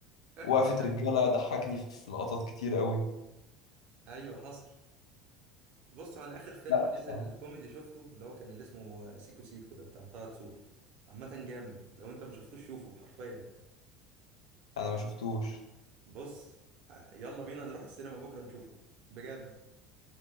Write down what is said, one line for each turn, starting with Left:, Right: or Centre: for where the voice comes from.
Right: <laughs> بجد
Left: وقفة رجالة ضحكني في لقطات كتير قوي
Right: ايوه حصل بص هو انا اخر فيلم
Left: لا
Right: نزل
Left: ف-
Right: كوميدي شفته اللي هو كان اللي اسمه سيكو سيكو ده بتاع طه دسوقي عامة جامد لو انت ما شفتوش شوفه حرفيا
Left: انا ما شفتوش
Right: بص ع- يلا بينا نروح السينما بكرة نشوفه بجد